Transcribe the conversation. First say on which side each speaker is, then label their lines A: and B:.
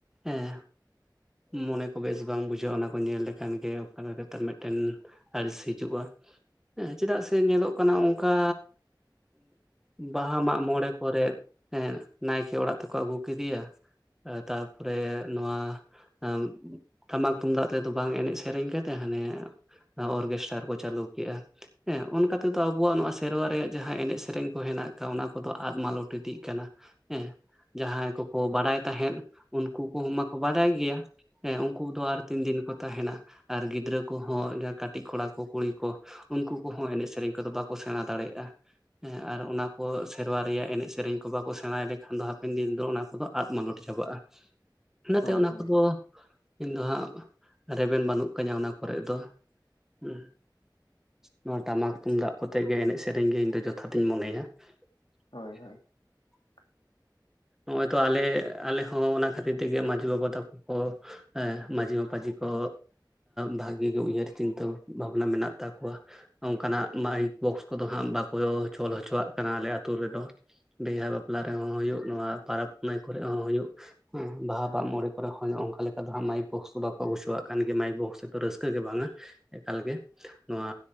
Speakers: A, in the centre; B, on the left.
A: ᱮᱸ᱾ ᱢᱚᱱᱮ ᱠᱚ ᱵᱮᱥ ᱵᱟᱝ ᱵᱩᱡᱷᱟᱹᱜᱼᱟ ᱚᱱᱟ ᱠᱚ ᱧᱮᱞ ᱞᱮᱠᱷᱟᱱ ᱜᱮ ᱚᱠᱟᱞᱮᱠᱟ ᱠᱟᱛᱮᱫ ᱢᱮᱫᱴᱮᱱ ᱟᱹᱲᱤᱥ ᱦᱤᱡᱩᱜᱼᱟ ᱦᱮᱸ ᱪᱮᱫᱟᱜ ᱥᱮ ᱧᱮᱞᱚᱜ ᱠᱟᱱᱟ ᱚᱝᱠᱟ ᱵᱟᱦᱟ ᱢᱟᱜ ᱢᱚᱬᱮ ᱠᱚᱨᱮᱫᱽ ᱮᱸᱫ ᱱᱟᱭᱠᱮ ᱚᱲᱟᱜ ᱛᱮᱠᱚ ᱟᱹᱜᱩ ᱠᱤᱫᱤᱭᱟ᱾ ᱟ ᱛᱟᱯᱚᱨᱮ ᱱᱚᱣᱟ ᱟᱢᱴᱟᱢᱟᱠ ᱛᱩᱢᱫᱟᱜ ᱛᱮᱫᱚ ᱵᱟᱝ ᱮᱱᱮᱡ ᱥᱮᱨᱮᱧ ᱠᱟᱛᱮᱜ ᱦᱟᱸᱱᱮ ᱚᱨᱠᱮᱥᱴᱟᱨ ᱠᱚ ᱪᱟᱹᱞᱩ ᱠᱮᱜᱼᱟ᱾ ᱦᱮᱸ ᱚᱱᱠᱟ ᱛᱮᱛᱚ ᱟᱵᱚᱣᱟᱜ ᱱᱚᱣᱟ ᱥᱮᱨᱣᱟ ᱨᱮᱭᱟᱜ ᱡᱟᱦᱟᱸ ᱮᱱᱮᱡ ᱥᱮᱨᱮᱧ ᱠᱚ ᱦᱮᱱᱟᱜ ᱠᱟ ᱚᱱᱟ ᱠᱚᱫᱚ ᱟᱫ ᱢᱟᱞᱚᱴ ᱤᱫᱤᱜ ᱠᱟᱱᱟ ᱦᱮᱸ, ᱡᱟᱦᱟᱸᱭ ᱠᱚᱠᱚ ᱠᱚᱠᱟ ᱵᱟᱲᱟᱭ ᱛᱟᱦᱮᱸᱫ ᱩᱱᱠᱩ ᱠᱚᱦᱚᱸ ᱢᱟᱠᱚ ᱵᱟᱰᱟᱭ ᱜᱮᱭᱟ, ᱦᱮᱸ ᱩᱱᱠᱩ ᱫᱚ ᱟᱨ ᱛᱤᱱ ᱫᱤᱱ ᱠᱚ ᱛᱟᱦᱮᱱᱟ ᱟᱨ ᱜᱤᱫᱽᱨᱟᱹ ᱠᱚᱦᱚᱸ ᱡᱟᱦᱟᱸ ᱠᱟᱹᱴᱤᱡ ᱠᱚᱲᱟ ᱠᱚ ᱠᱩᱲᱤ ᱠᱚ ᱩᱱᱠᱩ ᱠᱚᱦᱚᱸ ᱮᱱᱮᱡ ᱥᱮᱨᱮᱧ ᱠᱚᱫᱚ ᱵᱟᱠᱚ ᱥᱮᱬᱟ ᱫᱟᱲᱮᱭᱟᱜᱼᱟ ᱦᱮᱸ ᱟᱨ ᱚᱱᱟ ᱠᱚ ᱥᱮᱨᱣᱟ ᱨᱮᱭᱟᱜ ᱮᱱᱮᱡ ᱥᱮᱨᱮᱧ ᱠᱚ ᱵᱟᱠᱚ ᱥᱮᱬᱟᱭ ᱞᱮᱠᱷᱟᱱ ᱫᱚ ᱦᱟᱯᱮᱱ ᱫᱤᱱ ᱫᱚ ᱚᱱᱟ ᱠᱚᱫᱚ ᱟᱫ ᱢᱟᱞᱚᱴ ᱪᱟᱵᱟᱜᱼᱟ
B: <inaudible>
A: ᱾ ᱤᱱᱟᱹᱛᱮ
B: ᱦᱳᱭ
A: ᱚᱱᱟ
B: ᱦᱳᱭ
A: ᱠᱚᱫᱚ ᱤᱧ ᱫᱚ ᱦᱟᱸᱜ ᱨᱮᱵᱮᱱ ᱵᱟᱹᱱᱩᱜ ᱠᱟᱹᱧᱟ ᱚᱱᱟ ᱠᱚᱨᱮ ᱫᱚ ᱦᱩ᱾ ᱱᱚᱣᱟ ᱴᱟᱢᱟᱠ
B: ᱟᱪᱪᱷᱟ
A: ᱛᱩᱢᱫᱟᱜ ᱠᱚᱛᱮ ᱜᱮ ᱮᱱᱮᱡ ᱥᱮᱨᱮᱧ ᱜᱮ ᱤᱧ ᱫᱚ ᱡᱚᱛᱷᱟᱛᱧ ᱢᱚᱱᱮᱭᱟ᱾ <unintelligible>
B: ᱦᱳᱭ ᱦᱳᱭ <unintelligible>
A: ᱱᱚᱜ ᱚᱚᱭ ᱛᱚ ᱟᱞᱮ ᱟᱞᱮ ᱦᱚᱸ ᱚᱱᱟ ᱠᱷᱟᱹᱛᱤᱨ ᱛᱮᱜᱮ ᱢᱟᱟᱹᱡᱷᱤ ᱵᱟᱵᱟ ᱛᱟᱠᱚᱼᱼ ᱦᱮᱸ ᱢᱟᱹᱡᱷᱤ ᱢᱟᱯᱟᱡᱷᱤ ᱠᱚᱼᱼ ᱵᱷᱟᱹᱜᱤ ᱜᱮ ᱩᱭᱦᱟᱹᱨ ᱪᱤᱱᱛᱟᱹ ᱵᱷᱟᱵᱱᱟ ᱢᱮᱱᱟᱜ ᱛᱟᱠᱚᱣᱟ᱾ ᱚᱱᱠᱟᱱᱟᱜ ᱢᱟᱭᱤᱠ ᱵᱚᱠᱥ ᱠᱚᱫᱚ ᱦᱟᱸᱜ ᱵᱟᱠᱚ ᱪᱚᱞ ᱦᱚᱪᱚᱣᱟᱜ ᱠᱟᱱᱟ ᱟᱞᱮ ᱟᱛᱩ ᱨᱮᱫᱚ᱾ ᱵᱤᱦᱟ ᱵᱟᱯᱞᱟ ᱨᱮᱦᱚᱸ ᱦᱩᱭᱩᱜ ᱱᱚᱣᱟ ᱯᱟᱨᱟᱵᱽ ᱯᱩᱱᱟᱹᱭ ᱠᱚᱨᱮ ᱦᱚᱸ ᱦᱩᱭᱩᱜᱼᱼ ᱦᱮᱸ ᱵᱟᱦᱟ ᱢᱟᱜ-ᱢᱚᱬᱮ ᱠᱚᱨᱮ ᱦᱚᱸ ᱚᱱᱠᱟ ᱞᱮᱠᱟ ᱫᱚ ᱦᱟᱸᱜ ᱢᱟᱭᱤᱠ ᱵᱚᱠᱥ ᱵᱟᱠᱚ ᱟᱜᱩ ᱦᱚᱪᱚᱣᱟᱜ ᱠᱟᱱ ᱜᱮ ᱢᱟᱭᱤᱠ ᱵᱚᱠᱥ ᱫᱚ ᱨᱟᱹᱥᱠᱟᱹ ᱜᱮ ᱵᱟᱝᱼᱟ᱾ ᱮᱠᱟᱞᱜᱮ ᱱᱚᱣᱟ